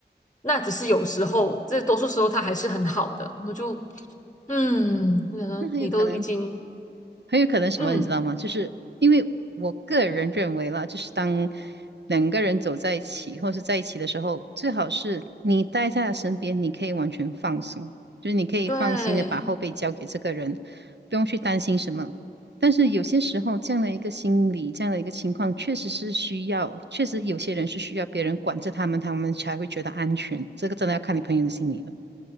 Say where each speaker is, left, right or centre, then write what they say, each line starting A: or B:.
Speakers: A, on the left; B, on the right.
A: 那只是有时候，这多数时候他还是很好的。我就嗯，我想说你都已经
B: 那很有可能很有可能什么，
A: 嗯，
B: 你知道吗？就是因为我个人认为啦，就是当两个人走在一起，或是在一起的时候，最好是你待在他身边，你可以完全放松，就是你可以放心的把后背交给这个人，
A: 对，
B: 不用去担心什么。但是有些时候，这样的一个心理，这样的一个情况，确实是需要，确实有些人是需要别人管着他们，他们才会觉得安全。这个真的要看你朋友的心理了。